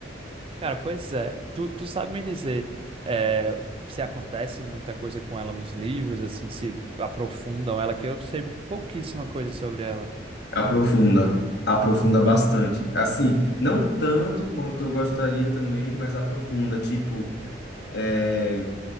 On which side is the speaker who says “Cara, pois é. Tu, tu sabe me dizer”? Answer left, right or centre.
Right